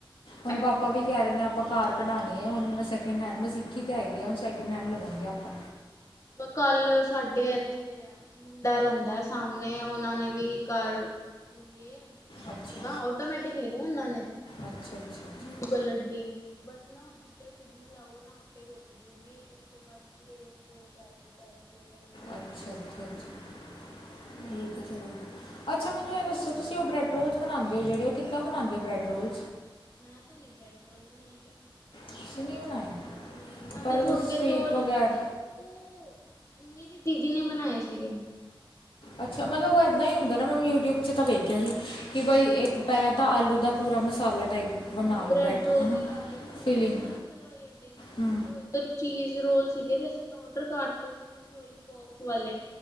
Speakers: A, on the left; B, on the left.
A: ਹੁਣ
B: ਐਕਟ
A: ਪਾਪਾ ਵੀ। ਕਹਿ ਰਹੇ ਨੇ ਆਪਾਂ ਕਾਰ ਕਢਉਣੇ ਆ ਹੁਣ ਮੈਂ ਸੈਕਿੰਡ ਹੈਡ, ਮੈਂ ਸਿੱਖੀ ਤਾਂ ਹੈਗੀ ਆ, ਹੁਣ ਸੈਕਿੰਡ ਹੈਂਡ ਲਵਾਂਗੇ ਆਪਾਂ।
B: ਕੱਲ ਸਾਡੇ ਇੱਥੇ। ਮੁੰਡਾ ਰਹਿੰਦਾ ਸਾਹਮਣੇ ਉਹਨਾਂ ਨੇ ਵੀ ਕਰ ਲਏ।
A: ਅੱਛਾ।
B: ਨਾ ਓਟੋਮੈਟਿਕ ਲਈ ਹੈ, ਓਹਨਾ ਨੇ।
A: ਅੱਛਾ ਅੱਛਾ ਅੱਛਾ
B: ਬਲੂ ਕਲਰ ਦੀ ਬਸ ਨਾ ਜਿੱਦਾਂ ਹੀ ਸਿਗਨਲ ਆਵਊ ਨਾ ਆਪੇ ਰੁਕ ਜੂਗੀ। ਉਸ ਤੋਂ ਬਾਅਦ ਰਰੇਜ਼ ਲੋਕ ਆਪੇ ਚੱਲਦੇ ਗ ਤਾਂ ਮੈਂ <unintelligible>
A: ਅੱਛਾ ਅੱਛਾ ਅੱਛਾ ਠੀਕ
B: ਹੂੰ
A: ਹੈ ਚਲੋ! ਅੱਛਾ ਮੈਨੂੰ ਇਹ ਦੱਸੋ, ਉਹ ਬ੍ਰੀਡਰੋਲ ਬਣਾਉਂਦੇ ਜਿਹੜੇ, ਉਹ ਕਿੱਦਾ ਬਣਾਉਂਦੇ ਹੋ ਬ੍ਰੀਡਰੋਲ?
B: ਮੈਂ ਤਾਂ ਨੀ ਬ੍ਰੈਡ ਰੋਲ ਬਣਾਏ ਕਦੀ।
A: ਤੁਸੀਂ ਨਹੀਂ ਬਣਾਏ
B: ਨਹੀਂ, ਮੈਂ
A: ਪਰ
B: ਤੇ ਤੁਹਾਡੇ
A: ਕੁਛ ਸਟ੍ਰੀਕ
B: ਤੋਂ।
A: ਵਗੈਰਾ
B: ਉਹ ਮੇਰੀ ਦੀਦੀ ਨੇ ਬਣਾਏ ਸੀਗੇ
A: ਅੱਛਾ ਮਤਲਬ, ਉਹ ਇੱਦਾਂ ਹੀ ਹੁੰਦਾ ਨਾ, ਮੈਂ ਯੂਟਿਊਬ 'ਚ ਤਾਂ ਵੇਖਿਆ ਸੀ ਕਿ ਬਈ ਇਹ ਪਹਿਲਾਂ ਤਾਂ ਆਲੂ ਦਾ। ਪੂਰਾ ਮਸਾਲਾ ਟਾਈਪ।
B: ਹਾਂ
A: ਬਣਾ ਲਓ
B: ਬ੍ਰੈਡ
A: ਬੈਟਰ
B: ਰੋਲ
A: ਹੈ ਨਾ
B: ਦੇ ਆਦ ਅਸੀਂ ਗਏ
A: ਫੀਲਿੰਗ
B: ਸੀ ਨਾ ਪਿੰਲਵਾਈ ਅੱਡੇ
A: ਹੂੰ
B: ਤੇ, ਉੱਧਰ ਚੀਜ਼ ਰੋਲ ਸੀਗੇ ਤੇ ਅਸੀਂ ਤਾਂ ਓਡਰ ਕਰਤੇ ਸੀ, ਲੋਲੀਪੋਪ ਵਾਲੇ